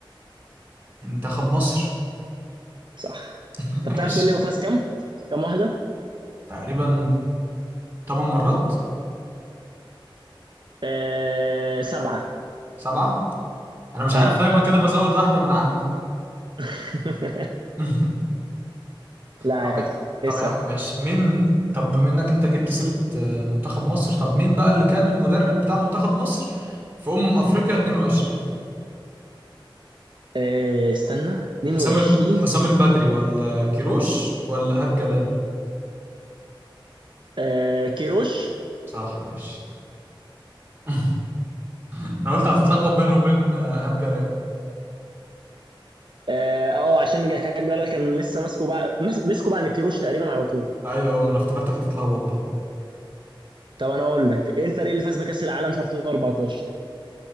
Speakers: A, on the right; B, on the right.
A: منتخب مصر
B: صح
A: <laughs>
B: طب
A: ماشي
B: تعرف تقول لي هو فاز كام كام واحده
A: تقريبا تمن مرات
B: آه... سبعه
A: سبعة انا مش
B: اه
A: عارف دايما كده بزود واحده من عندي
B: <laughs>
A: <laughs>
B: لا عادي
A: طب لا طب
B: اسال
A: يا عم
B: يلا
A: ماشي مين طب بما انك انت جبت سيره آه، منتخب مصر طب مين بقى اللي كان المدرب بتاع منتخب مصر في امم افريقيا 22
B: آه... استنى 22
A: حسام ال... حسام البدري ولا كيروش ولا ايهاب جلال
B: آه... كيروش <laughs>
A: صح ماشي <laughs> انا قلت هتتلخبط بينه وبين آه، ايهاب جلال
B: اه آه، عشان نجهز بالك كان لسه ماسكه بعد مس- مسكه بعد الكيروش تقريبا على طول
A: ايوه ما انا افتكرتك هتتلخبط بقى
B: طب انا اقول لك ايه الفريق اللي فاز بكاس العالم في 2014